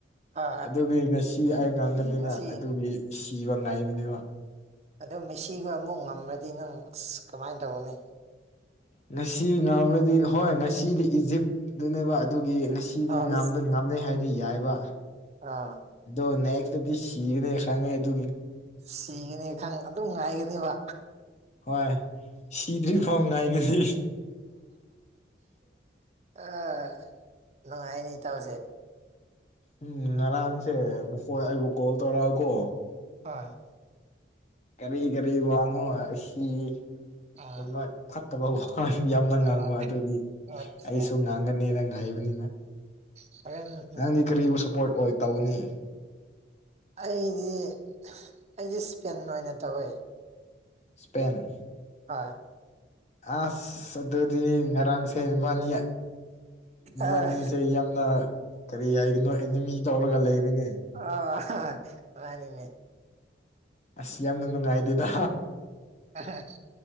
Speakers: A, on the right; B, on the left.
A: ꯍꯣꯏ
B: ꯑꯗꯨꯒꯤ ꯉꯁꯤ ꯑꯩ ꯉꯥꯡꯒꯅꯤꯅ
A: ꯉꯁꯤ
B: ꯑꯗꯨꯒꯤ ꯁꯤꯕ ꯉꯥꯏꯕꯅꯦꯕ
A: ꯑꯗꯣ ꯃꯤꯦꯁꯤꯒ ꯑꯃꯨꯛ ꯉꯝꯃꯗꯤ ꯅꯪ ꯑꯁ ꯀꯃꯥꯏꯅ ꯇꯧꯕꯅꯤ
B: ꯉꯁꯤ ꯉꯥꯎꯕꯗꯤ ꯍꯣꯏ ꯉꯁꯤꯗꯤ ꯏꯖꯤꯞꯇꯅꯦꯕ ꯑꯗꯨꯒꯤ ꯉꯁꯤ ꯁꯤꯗꯤ
A: ꯑꯥ
B: ꯉ
A: ꯏꯁ
B: ꯉꯥꯝꯅꯩ ꯍꯥꯏꯗꯤ ꯌꯥꯏꯕ
A: ꯑꯥ
B: ꯑꯗꯣ ꯅꯦꯛꯁꯇꯗꯤ ꯁꯤꯒꯅꯤ ꯈꯪꯉꯦ ꯑꯗꯨ
A: ꯁꯤꯒꯅꯤ ꯈꯪ ꯑꯗꯨꯝ ꯉꯥꯏꯒꯅꯦꯕ
B: ꯍꯣꯏ ꯁꯤꯗ꯭ꯔꯤꯐꯥꯎ ꯉꯅꯥꯒꯁꯤ
A: ꯑꯥ ꯅꯨꯡꯉꯥꯏꯅꯤ ꯇꯥꯎꯁꯦ
B: ꯎꯝ ꯉꯔꯥꯡꯁꯦ ꯃꯈꯣꯏ ꯑꯩꯕꯨ ꯀꯣꯜ ꯇꯧꯔꯛꯑꯀꯣ
A: ꯍꯣꯏ
B: ꯀꯔꯤ ꯀꯔꯤ ꯋꯥꯅꯣ ꯑꯁꯤ
A: ꯑꯥ
B: ꯄꯨꯝꯕ ꯐꯠꯇꯕ ꯍꯣꯏ ꯌꯥꯝꯅ ꯉꯥꯡꯕ
A: ꯑꯥ
B: ꯑꯗꯨꯒꯤ
A: ꯑꯠꯆꯥ
B: ꯑꯩꯁꯨ ꯉꯥꯡꯒꯅꯤꯅ ꯉꯥꯏꯕꯅꯤꯅ
A: ꯁꯚꯦꯟ
B: ꯅꯪꯗꯤ ꯀꯔꯤꯕꯨ ꯁꯄꯣꯔꯠ ꯑꯣꯏ ꯇꯧꯅꯤ
A: ꯑꯩꯗꯤ ꯑꯩꯗꯤ ꯏꯁꯄꯦꯟ ꯑꯣꯏꯅ ꯇꯧꯋꯦ
B: ꯁ꯭ꯄꯦꯟ
A: ꯍ
B: ꯑꯁ ꯑꯗꯨꯗꯤ ꯉꯔꯥꯡꯁꯦ ꯏꯕꯥꯅꯤ ꯏꯕꯥꯅꯤ
A: ꯑꯥ
B: ꯁꯦ ꯌꯥꯝꯅ ꯀꯔꯤ ꯍꯥꯏꯒꯅꯣ ꯑꯦꯅꯤꯃꯤ ꯇꯧꯔꯒ ꯂꯩꯔ‌ꯦꯅꯦ
A: ꯑ ꯔꯅꯤꯅꯦ
B: ꯑꯁ ꯌꯥꯝꯅ ꯅꯨꯡꯉꯥꯏꯗꯦꯗ
A: ꯑ